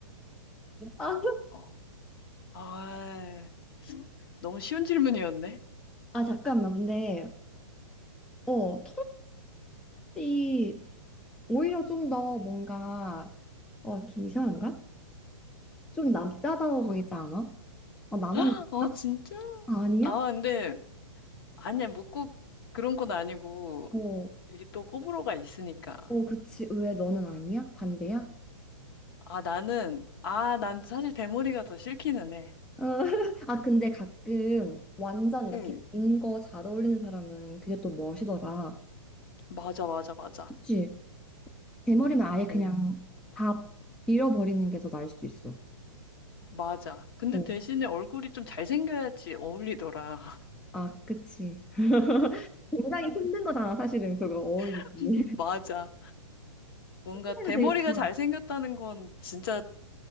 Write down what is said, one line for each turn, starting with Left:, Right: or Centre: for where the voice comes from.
Centre: 아,
Left: 어, 아, 너무 쉬운 질문이었네.
Centre: 아, 잠깐만. 근데 어, 털털이 오히려 좀 더 뭔가 어, 좀 이상한가? 좀 남자다워
Left: 어,
Centre: 보이지 않아? 어, 나만
Left: 헉,
Centre: 그런가?
Left: 아, 진짜?
Centre: 아, 아니야?
Left: 아, 근데, 아니야, 뭐 꼭 그런 건 아니고,
Centre: 어.
Left: 이게 또 호불호가 있으니까.
Centre: 어, 그치. 왜 너는 아니야? 반대야?
Left: 아, 나는, 아, 난 사실 대머리가 더 싫기는 해.
Centre: 어, <laughs> 아, 근데 가끔 완전 이렇게
Left: 응.
Centre: 긴 거 잘 어울리는 사람은 그게 또 멋이더라.
Left: 맞아, 맞아, 맞아.
Centre: 그치? 대머리면 아예 그냥
Left: 어,
Centre: 다 밀어버리는 게 더 나을 수도 있어.
Left: 맞아. 근데
Centre: 어,
Left: 대신에 얼굴이 좀 잘생겨야지 어울리더라.
Centre: 아, 그치. 굉장히 힘든 거잖아, 사실은 그거 어울리기.
Left: <laughs>
Centre: <laughs>
Left: 맞아. 뭔가
Centre: 스타일도
Left: 대머리가
Centre: 되게 좋아.
Left: 잘생겼다는 건 진짜,